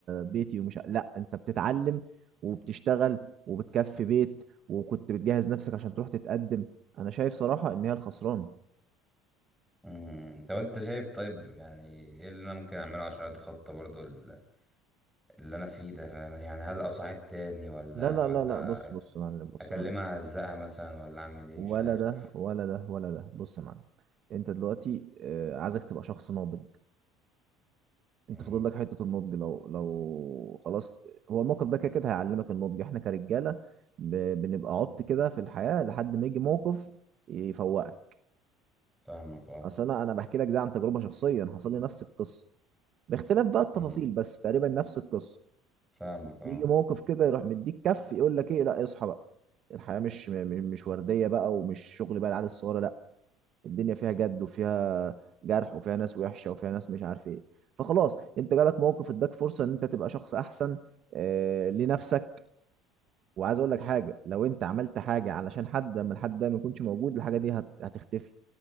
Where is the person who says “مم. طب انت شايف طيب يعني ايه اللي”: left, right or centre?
Centre